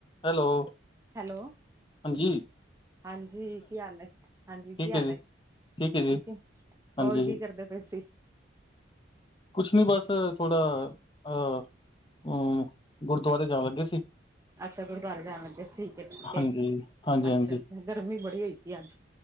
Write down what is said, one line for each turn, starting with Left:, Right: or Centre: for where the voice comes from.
Left: ਹੈਲੋ।
Right: ਹੈਲੋ,
Left: ਹਾਂਜੀ
Right: ਹਾਂਜੀ ਕੀ ਹਾਲ ਏ ਹਾਂਜੀ
Left: ਠੀਕ
Right: ਕੀ ਹਾਲ
Left: ਹੈ ਜੀ
Right: ਏ?
Left: ਹੈ ਜੀ
Right: ਠੀਕ ਏ ਹੋਰ
Left: ਹਾਂਜੀ
Right: ਕੀ ਕਰਦੇ ਪਏ ਸੀ?
Left: ਕੁਛ ਨੀ ਬਸ ਅ ਥੋੜ੍ਹਾ ਅ ਅ ਗੁਰਦੁਆਰੇ ਜਾਣ ਲੱਗੇ ਸੀ।
Right: ਅੱਛਾ ਗੁਰਦੁਆਰੇ ਜਾਣ ਲੱਗੇ ਠੀਕ ਐ-ਠੀਕ ਐ
Left: ਹਾਂਜੀ ਹਾਂਜੀ
Right: ਅੱਛਾ
Left: ਹਾਂਜੀ
Right: ਗਰਮੀ ਬੜੀ ਹੋਈ ਪਈ ਅੱਜ